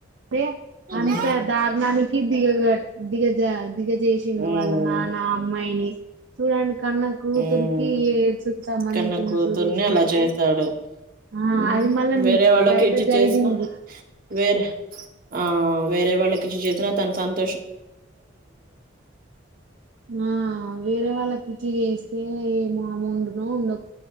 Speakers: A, on the right; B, on the right.
A: పే
B: ఉహు ఉమ్
A: అంత దారుణానికి దిగగట్ దిగజా దిగజ జేసిండు
B: ఉమ్
A: వాళ్ల నాన్న అమ్మాయిని చూడండి కన్న కూతురికి
B: ఉమ్
A: ఎడ్స్స్ కి సంబంధించిన
B: కన్న కూతుర్ని
A: సుదేశిండంటే
B: అలా చేస్తాడు
A: ఆ
B: ఉమ్
A: అది మళ్ళ
B: వేరే
A: నీ
B: వాళ్ళకి
A: బయట
B: ఇచ్చి
A: జరిగింది
B: చేసిన వేరే ఆ వేరే వాళ్ళకిచ్చి చేసిన తన సంత్
A: ఆ వేరే వాళ్లకి చచ్చి చేస్తే ఏమో ఆమె ఉండునో ఉండక్